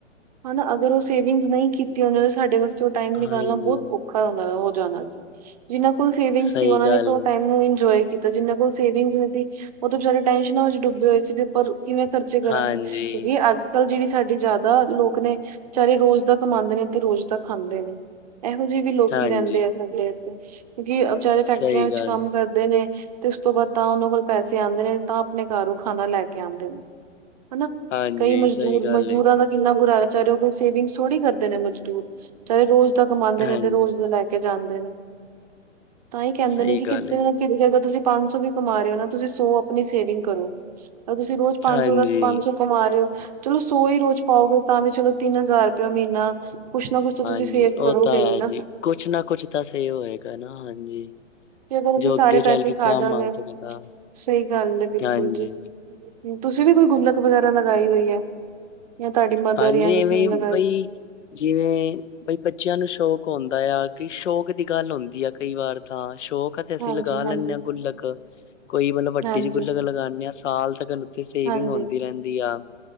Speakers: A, on the right; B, on the left.
A: ਹਨਾ ਅਗਰ ਸੇਵਿੰਗਸ ਨਹੀਂ ਕੀਤੀ ਉਹਨਾਂ ਦਾ ਸਾਡੇ ਵਾਸਤੇ ਉਹ ਟਾਈਮ ਨਿਕਾਲਣਾ
B: ਹਾਂਜੀ
A: ਬਹੁਤ ਔਖਾ ਹੋ ਹੋ ਜਾਣਾ ਸੀ। ਜਿੰਨਾਂ ਕੋਲ ਸੇਵਿੰਗ ਸੀ
B: ਸਹੀ
A: ਉਹਨਾਂ
B: ਗੱਲ
A: ਨੇ ਤਾਂ ਓ
B: ਏ।
A: ਟਾਈਮ ਨੂੰ ਇੰਜੋਏ ਕੀਤਾ ਜਿੰਨਾ ਕੋਲ ਸੇਵਿੰਗਸ ਸੀ ਨੀ ਦੀ ਉਹ ਤਾਂ ਵਿਚਾਰੇ ਟੈਸ਼ਨਾਂ ਵਿੱਚ ਡੁੱਬੇ ਹੋਏ ਸੀ ਵੀ ਪਰ ਕਿਵੇਂ ਖਰਚੇ ਕਰਾਂਗੇ
B: ਹਾਂਜੀ
A: ਕਿਉਂਕਿ ਅੱਜ ਕੱਲ ਜਿਹੜੀ ਸਾਡੀ ਜ਼ਿਆਦਾ ਲੋਕ ਨੇ ਵਿਚਾਰੇ ਰੋਜ਼ ਦਾ ਕਮਾਂਦੇ ਨੇ ਤੇ ਰੋਜ਼ ਦਾ ਖਾਂਦੇ ਨੇ। ਇਹੋ ਜਿਹੇ ਵੀ ਲੋਕੀ
B: ਹਾਂਜੀ
A: ਰਹਿੰਦੇ ਆ ਸਾਡੇ ਇੱਥੇ ਕਿਉਂਕਿ ਵਿਚਾਰੇ ਫੈਕਟਰੀਆਂ
B: ਸਹੀ
A: ਵਿੱਚ
B: ਗੱਲ
A: ਕੰਮ ਕਰਦੇ। ਨੇ ਤੇ ਉਸ ਤੋਂ ਬਾਅਦ ਤਾਂ ਉਹਨਾਂ ਕੋਲ ਪੈਸੇ ਆਂਦੇ ਨੇ ਤਾਂ ਆਪਣੇ ਘਰ ਉਹ ਖਾਣਾ ਲੈ ਕੇ ਆਂਦੇ ਨੇ। ਹਨਾ
B: ਹਾਂਜੀ
A: ਕਈ ਮਜ਼ਦੂਰ
B: ਸਹੀ ਗੱਲ
A: ਮਜ਼ਦੂਰਾਂ
B: ਹੈ ਜੀ
A: ਦਾ ਕਿੰਨਾ ਬੁਰਾ ਹਾਲ, ਵਿਚਾਰੇ ਉਹ ਕੋਈ ਸੇਵਿੰਗਸ ਥੋੜੀ ਕਰਦੇ ਨੇ ਮਜ਼ਦੂਰ ਵਿਚਾਰੇ ਰੋਜ਼ ਦਾ ਕਮਾਂਦੇ
B: ਹਾਂਜੀ
A: ਨੇ ਤੇ ਰੋਜ਼ ਦਾ ਲੈ ਕੇ ਜਾਂਦੇ ਨੇ ਤਾਂ ਹੀ ਕਹਿੰਦੇ
B: ਸਹੀ
A: ਨੇ ਕਿ ਕਿਤੇ
B: ਗੱਲ ਹੈ ਜੀ
A: ਨਾ ਕਿਤੇ ਤਾਂ ਤੁਸੀਂ ਪੰਜ ਸੌ ਵੀ ਕਮਾ ਰਹੇ ਹੋ ਨਾ ਤੁਸੀਂ ਸੋ ਆਪਣੀ ਸੇਵਿੰਗ ਕਰੋ ਤਾਂ ਤੁਸੀਂ ਰੋਜ਼ ਪੰਜ
B: ਹਾਂਜੀ
A: ਸੌ ਤ ਪੰਜ ਸੌ ਕਮਾ ਰੇ ਓ ਚਲੋ ਸੌ ਹੀ ਰੋਜ਼ ਪਾਓਗੇ ਤਾਂ ਵੀ ਚਲੋ ਤਿੰਨ ਹਜ਼ਾਰ ਰੁਪਇਆ ਮਹੀਨਾ। ਕੁਛ ਨਾ ਕੁਛ ਤਾਂ
B: ਹਾਂਜੀ
A: ਤੁਸੀਂ ਸੇਵ ਕਰੋਗੇ
B: ਉਹ ਤਾਂ ਹੈ
A: ਈ ਨਾ।
B: ਜੀ ਕੁਛ ਨਾ ਕੁਛ ਤਾਂ ਸੇਵ ਹੋਏਗਾ ਨਾ ਹਾਂਜੀ।
A: ਕਿ ਅਗਰ ਅਸੀਂ
B: ਜੋ
A: ਸਾਰੇ
B: ਅੱਗੇ ਚੱਲ
A: ਪੈਸੇ
B: ਕੇ
A: ਖਾਜਾਗੇ
B: ਕੰਮ ਆ ਸਕਦਾ
A: ਸਹੀ ਗੱਲ ਐ ਬਿਲਕੁਲ
B: ਹਾਂਜੀ
A: ਜੀ। ਤੁਸੀਂ ਵੀ ਕੋਈ ਗੁੱਲਕ ਵਗੈਰਾ ਲਗਾਈ ਹੋਈ ਐ ਜਾਂ ਤੁਹਾਡੀ ਮਦਰ
B: ਹਾਂਜੀ
A: ਜਾਂ ਕਿਸੇ
B: ਇਵੇਂ
A: ਨੇ ਲਗਾਈ
B: ਬਈ ਜਿਵੇਂ ਬਈ ਬੱਚਿਆਂ ਨੂੰ ਸ਼ੌਕ ਹੁੰਦਾ ਆ ਕਿ ਸ਼ੌਕ ਦੀ ਗੱਲ ਹੁੰਦੀ ਆ ਕਈ ਵਾਰ ਤਾਂ ਸ਼ੌਕ ਅਸੀਂ
A: ਹਾਂਜੀ
B: ਲਗਾ ਲੈਣੇ
A: ਹਾਂਜੀ
B: ਆ ਗੁੱਲਕ ਕੋਈ ਮਤਲਬ ਵੱਡੀ
A: ਹਾਂਜੀ,
B: ਜਿਹੀ ਗੁੱਲਕ ਲਗਾਣੇ ਆ ਸਾਲ ਤੱਕ ਸੇਵਿੰਗ
A: ਹਾਂਜੀ,
B: ਹੁੰਦੀ ਰਹਿੰਦੀ ਆ